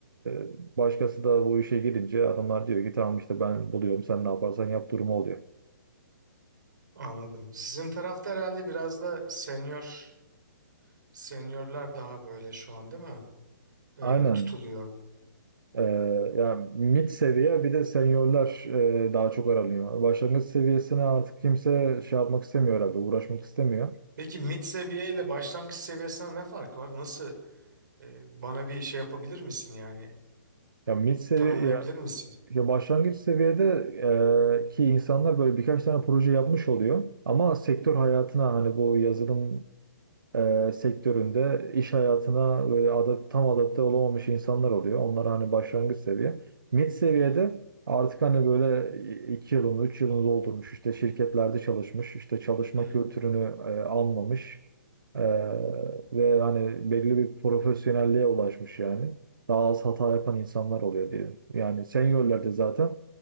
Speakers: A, on the right; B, on the right.
A: e, başkası da bu işe girince adamlar diyor ki tamam işte ben buluyorum sen ne yaparsan yap durumu oluyor.
B: Anladım. Sizin tarafta herhalde biraz da senior seniorlar daha böyle şu an değil mi? Ee,
A: Aynen.
B: tutuluyor.
A: E, yani mid seviye bir de seniorlar e, daha çok aranıyor. Başlangıç seviyesine artık kimse şey yapmak istemiyor herhalde uğraşmak istemiyor.
B: Peki mid seviye ile başlangıç seviyesine ne fark var? Nasıl E, bana bir şey yapabilir misin yani?
A: Ya mid seviye
B: Tanımlayabilir
A: ya,
B: misin?
A: ya başlangıç seviyede e, ki insanlar böyle birkaç tane proje yapmış oluyor. Ama sektör hayatına hani bu yazılım e, sektöründe iş hayatına böyle adap- tam adapte olamamış insanlar oluyor. Onlar hani başlangıç seviye. Mid seviyede artık hani böyle iki yılını, üç yılını doldurmuş, işte şirketlerde çalışmış, işte çalışma
B: Hı hı,
A: kültürünü e, anlamış e, ve hani belli bir profesyonelliğe ulaşmış yani. Daha az hata yapan insanlar oluyor diyelim. Yani seniorlerde zaten